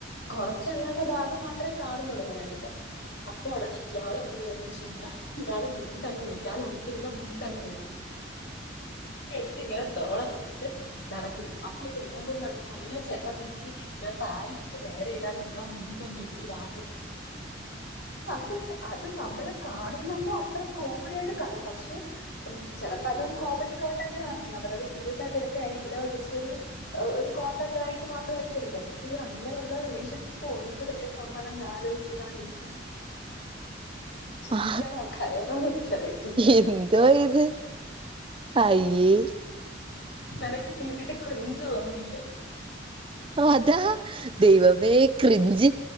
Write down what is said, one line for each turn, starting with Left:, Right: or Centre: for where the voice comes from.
Left: കൊറച്ചെല്ലാണ്ട ഭാഗം മാത്രമേ കാണുന്നുള്ളൂ വയറിൻ്റെ അപ്പൊ <unintelligible> ഇയാൾ എന്തരു ചെയ്തു പിന്നെ ഇയാൾ മുണ്ടെന്നും ഇല്ലാതെ ഉടു ഉടുത്തിരുന്ന മുണ്ടങ്ങ് എടുത്ത് ഇങ്ങനെ തോളത്തിട്ടട്ട് നടക്കുന്നു അപ്പൊ പെണ്ണുപിള്ള അയ്യോ ചേട്ട നിക്ക് ഞാൻ സാരി പിടിച്ച് നേരെ ഇടാൻ നിങ്ങളെ മുണ്ട് ഒന്ന് എടുത്ത് താ ട്ട് അത് അത് നമ്മെള് കാണുന്നത് കൊണ്ടാ അത്ര കോമഡി ആയിട്ട് കാണും പക്ഷെ ചിലപ്പോ അതൊരു കോമഡി കോണ്ടന്റ ആയിരിക്കും അവരത് സീരിയസ് ആക്കി എടുത്ത ആയിരിക്കില്ല ജസ്റ്റ് ഒരു ഒരു കോൺണ്ടന്റ് ആയിട്ട് മാത്രമായിരിക്കും എടുക്ക പക്ഷേ അങ്ങനെയുള്ള റിലേഷൻഷിപ്പ് ഉണ്ട് എന്നുള്ളത് ആലോചിക്കുമ്പോഴാണ് എനിക്ക് ചിരിക്കാൻ
Right: ആ
Left: കരയണമെന്ന് എനിക്കറിയത്തില്ലായിരുന്നു
Right: എന്തോ ഇത് അയ്യേ
Left: നിനക്കിനി കേട്ടിട്ട് ക്രിഞ്ച് തോന്നുന്നില്ലേ
Right: ഓ അതാ ദൈവമേ ക്രിഞ്ച്